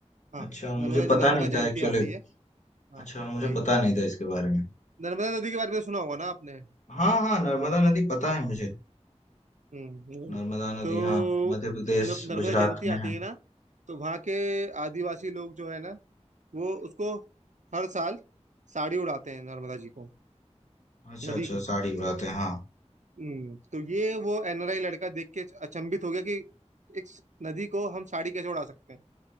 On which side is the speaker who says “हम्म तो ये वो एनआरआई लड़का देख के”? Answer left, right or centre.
Right